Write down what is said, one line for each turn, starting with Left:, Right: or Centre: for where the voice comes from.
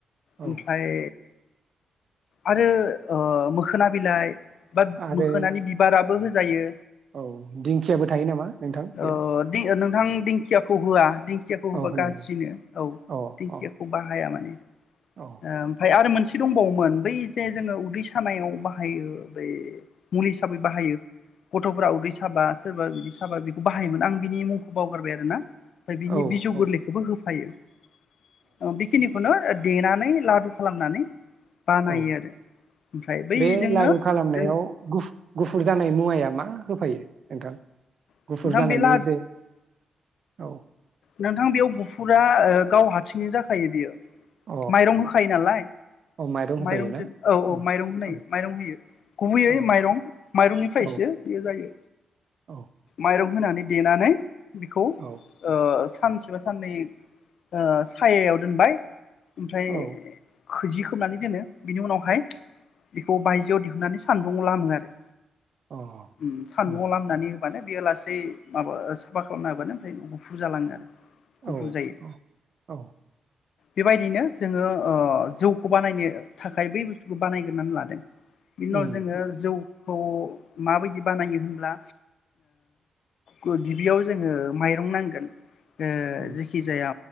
Right: औ
Left: ओमफ्राय आरो ओ मोखोना बिलाइ बा
Right: आरो
Left: मोखोनानि बिबाराबो हो जायो।
Right: औ दिंखियाबो थायो नामा नोंथां बेयाव
Left: ओ दि नोंथां दिंखियाखौ होआ दिंखियाखौ होबा
Right: औ होनाय
Left: गाज्रिनो
Right: जायो
Left: औ
Right: अ
Left: दिंखियाखौ
Right: अ
Left: बाहाया माने
Right: औ
Left: ओ ओमफ्राय आरो मोन से दंबावोमोन बैजे जोङो उदै सानायाव बाहायो बै मुलि हिसाबै बाहायो गथ'फोरा उदै साबा सोरबा बिदि साबा बेखौ बाहायोमोन आं बिनि मुंखौ बावगारबाय आरोना ओमफ्राय बिनि
Right: औ
Left: बिजौ
Right: औ
Left: गोरलैखौबो होफायो। अ बेखिनि खुना देना नानै लादु खालामनानै बानायो
Right: औ
Left: आरो ओमफ्राय बैजोंनो
Right: बे लारु खालामनायाव
Left: जों
Right: गुफु गुफुर जानाय मुवाया मा होफायो नोंथां
Left: नोंथां
Right: गुफुर जानायनि
Left: बे ला
Right: जे औ
Left: नोंथां बेयाव गुफुर फुरा गाव हारसिंनो जाखायो बियो
Right: अ
Left: माइरं होखायो नालाय
Right: अ माइरं होफायोना?
Left: माइरंजों औ
Right: उम
Left: औ माइरं होनाय
Right: औ
Left: माइरं होयो गुबैयै
Right: औ
Left: माइरं माइरंनिफ्रायसो
Right: औ
Left: बेयो जायो
Right: औ
Left: माइरं होनानै देनानै बिखौ ओ
Right: औ
Left: सानसेबा साननै ओ सायायाव दोनबाय ओमफ्राय
Right: औ
Left: खोजि खोबनानै दोनो बिनि उनावहाय बेखौ बायजोआव दिहुननानै साननदुङाव लामो आरो
Right: अ
Left: ओम सानदुङाव
Right: उम
Left: लामनानै होबानो बेयो लासै बै माबा साफा खालामना होबानो फ्रायनो गुफुर जालाङो आरो गुफुर
Right: औ
Left: जायो
Right: औ औ
Left: बेबायदिनो जोङो ओ जौखौ बानायनो थाखाय बै बुसथुखौ बानायग्रोनानै लादों बिनि उनाव
Right: उम
Left: जोङो जौ खौ माबायदि बानायो होनब्ला ओ गिबियाव जोङो माइ रोंनांगोन ओ
Right: उम
Left: जेखि जाया